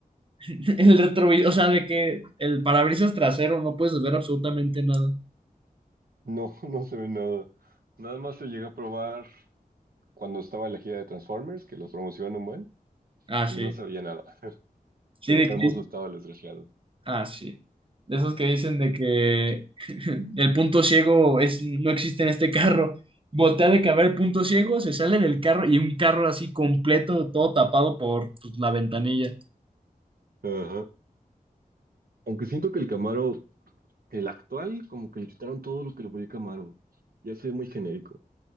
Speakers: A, on the right; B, on the right.
A: <laughs> el retrovisor, o sea, de que el parabrisas trasero no puedes ver absolutamente nada.
B: No, <laughs> no se ve nada. Nada más lo llegué a probar cuando estaba en la gira de Transformers, que lo promocionan un buen,
A: Ah,
B: y
A: sí.
B: no se veía nada.
A: Sí,
B: Pero
A: de
B: qué
A: que
B: hermoso estaba el desgraciado.
A: Ah, sí. De esos que dicen de que <laughs> el punto ciego es, no existe en este carro. Voltea de que a ver el punto ciego, se sale del carro y un carro así completo, todo tapado por pues, la ventanilla.
B: Ajá. Aunque siento que el Camaro, el actual, como que le quitaron todo lo que le ponía Camaro. Ya se ve muy genérico.